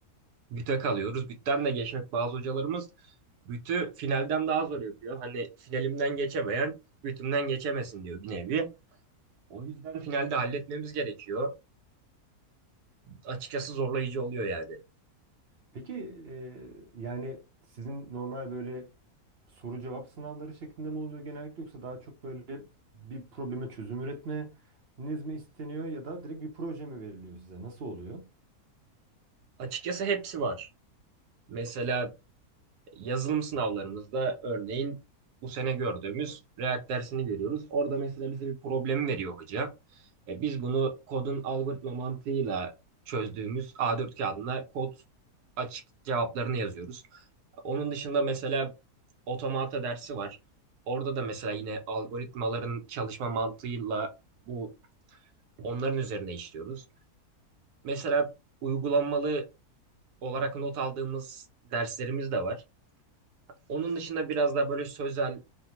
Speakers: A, on the right; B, on the right.
A: büte kalıyoruz. Bütten de geçmek bazı hocalarımız bütü finalden daha zor yapıyor. Hani finalimden geçemeyen bütümden geçemesin diyor bir nevi. O yüzden finalde halletmemiz gerekiyor. Açıkçası zorlayıcı oluyor yani.
B: Peki e, yani sizin normal böyle soru cevap sınavları şeklinde mi oluyor genellikle yoksa daha çok böyle bir probleme çözüm üretmeniz mi isteniyor ya da direkt bir proje mi veriliyor size? Nasıl oluyor?
A: Açıkçası hepsi var. Mesela yazılım sınavlarımızda örneğin bu sene gördüğümüz React dersini görüyoruz. Orada mesela bize bir problemi veriyor hoca. E, biz bunu kodun algoritma mantığıyla çözdüğümüz A4 kağıdına kod açık cevaplarını yazıyoruz. Onun dışında mesela otomata dersi var. Orada da mesela yine algoritmaların çalışma mantığıyla bu onların üzerine işliyoruz. Mesela uygulanmalı olarak not aldığımız derslerimiz de var. Onun dışında biraz daha böyle sözel